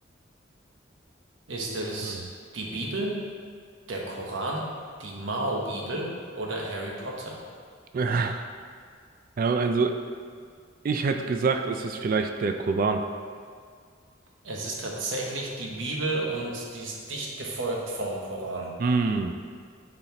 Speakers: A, on the right; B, on the right.
A: Ist es
B: Hm.
A: die Bibel, der Koran, die Mao-Bibel oder Harry Potter?
B: <laughs> Ja, also ich hätte gesagt, es ist vielleicht der Koran.
A: Es ist tatsächlich die Bibel und die ist dicht gefolgt vom Koran.
B: Hm.